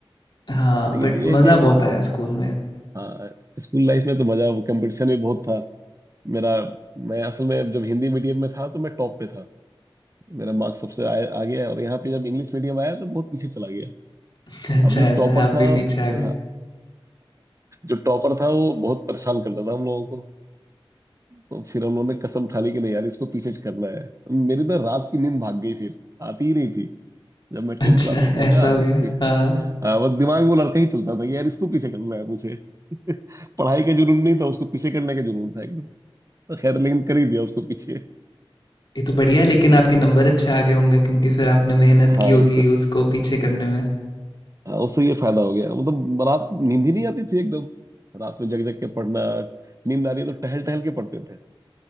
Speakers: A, on the left; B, on the right.
A: हाँ
B: हाँ लेकिन
A: बट
B: ये है
A: मज़ा
B: कि
A: बहुत आया स्कूल में
B: हाँ स्कूल लाइफ में तो मजा कंपटीशन भी बहुत था मेरा मैं असल में जब हिंदी मीडियम में था तो मैं टॉप पे था मेरा मार्क्स सबसे आ, आगे है और यहाँ पे जब इंग्लिश मीडियम आया तो बहुत पीछे चला गया
A: <laughs> अच्छा
B: अब जो
A: ऐसा
B: टॉपर
A: है आप
B: था
A: भी पीछे आ गए
B: हाँ जो टॉपर था वो बहुत परेशान करता था हम लोगों को तो फिर हम लोगों ने कसम उठा ली कि नहीं यार इसको पीछे करना है मेरी ना रात की नींद भाग गई फिर आती ही नहीं थी जब मैं
A: अच्छा
B: टेंथ क्लास में पहुंचा
A: ऐसा
B: आती
A: हो गया
B: ही नहीं
A: हाँ
B: हाँ, बस दिमाग में वो लड़का ही चलता था कि यार इसको पीछे करना है मुझे <laughs> पढ़ाई का जुनून नहीं था उसको पीछे करने का जुनून था एकदम तो खैर लेकिन कर ही दिया उसको पीछे
A: ये तो बढ़िया है लेकिन आपके नंबर अच्छे आ गए होंगे क्योंकि फिर आपने मेहनत
B: हाँ
A: की होगी
B: इस
A: उसको पीछे करने में
B: हाँ, उससे ये फायदा हो गया मतलब रात नींद ही नहीं आती थी एकदम रात में जग जग के पढ़ना नींद आ रही है तो टहल टहल के पढ़ते थे